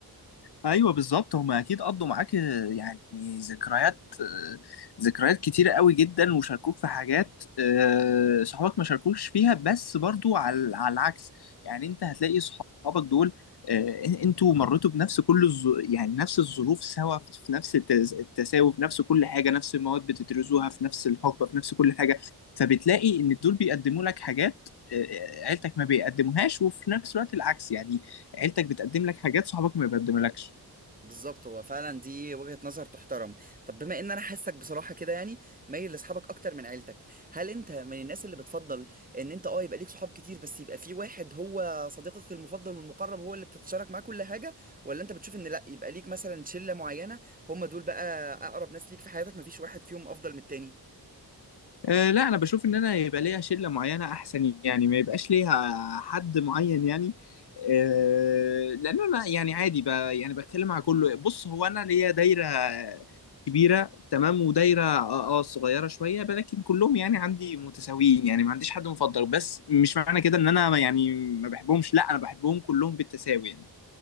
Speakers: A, on the left; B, on the right.
A: ايوه بالظبط هم اكيد قضوا معاك آه، يعني ذكريات آه، ذكريات كتيره قوي جدا وشاركوك في حاجات آه، صحابك ما شاركوش فيها بس برضو على على العكس يعني انت هتلاقي صحابك دول آه، إن- انتوا مريتوا بنفس كل الظ... يعني نفس الظروف سوا في في نفس التز... التساوي في نفس كل حاجه نفس المواد بتدرسوها في نفس الحقبه في نفس كل حاجه فبتلاقي ان دول بيقدموا لك حاجات آه، عيلتك ما بيقدموهاش وفي نفس الوقت العكس يعني عيلتك بتقدم لك حاجات صحابك ما بيقدملكش
B: بالظبط هو فعلا دي وجهة نظر تحترم طب بما ان انا حاسك بصراحة كده يعني مايل لاصحابك اكتر من عيلتك هل انت من الناس اللي بتفضل ان انت اه يبقى ليك صحاب كتير بس يبقى في واحد هو صديقك المفضل والمقرب هو اللي بتتشارك معاه كل حاجة ولا انت بتشوف ان لا يبقى ليك مثلا شلة معينة هم دول بقى اقرب ناس ليك في حياتك مفيش واحد فيهم افضل من التاني
A: أه لا انا بشوف ان انا يبقى ليا شله معينه احسن يعني ما يبقاش ليها حد معين يعني أه لان انا يعني عادي ب يعني بتكلم مع كله بص هو انا ليا دايره كبيره تمام ودايره اه آه صغيره شويه لكن كلهم يعني عندي متساويين يعني ما عنديش حد مفضل بس مش معنى كده ان انا يعني ما بحبهمش لا انا بحبهم كلهم بالتساوي يعني